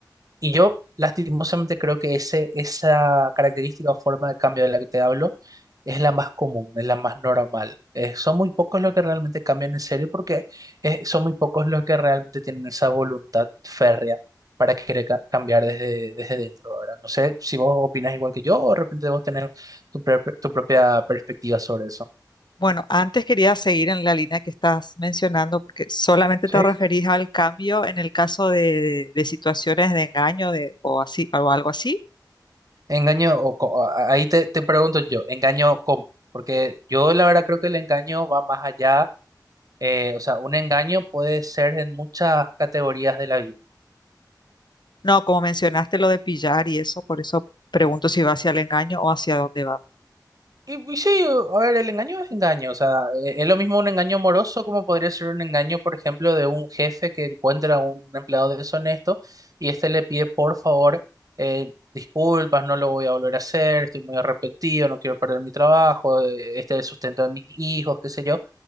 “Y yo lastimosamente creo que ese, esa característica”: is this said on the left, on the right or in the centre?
Right